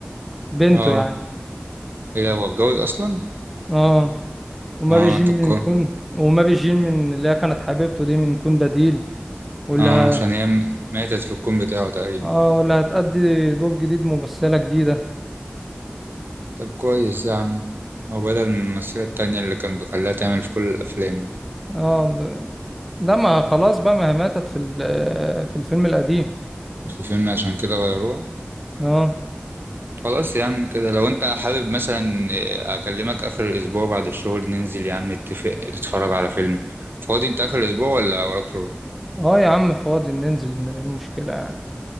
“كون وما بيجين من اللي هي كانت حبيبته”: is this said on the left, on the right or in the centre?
Centre